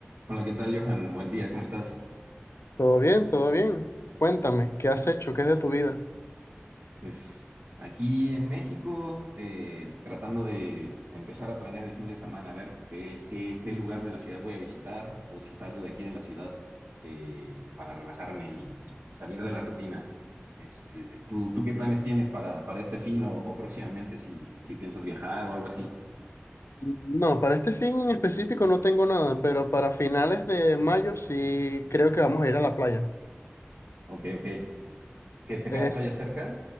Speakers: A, on the right; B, on the left.
A: Hola, ¿qué tal, Johan? Buen día, ¿cómo estás?
B: Todo bien, todo bien. Cuéntame, ¿qué has hecho? ¿Qué es de tu vida?
A: Pues aquí en México, eh, tratando de empezar a planear el fin de semana, a ver qué, qué, qué lugar de la ciudad voy a visitar o si salgo de aquí de la ciudad eh, para relajarme y, y salir de la rutina. Este, ¿tú, tú qué planes tienes para, para este fin o, o próximamente si, si piensas viajar o algo así?
B: No, para este fin en específico no tengo nada, pero para finales de mayo sí creo que vamos a ir a la playa.
A: Ok, ok. ¿Que te
B: Es,
A: queda playa cerca?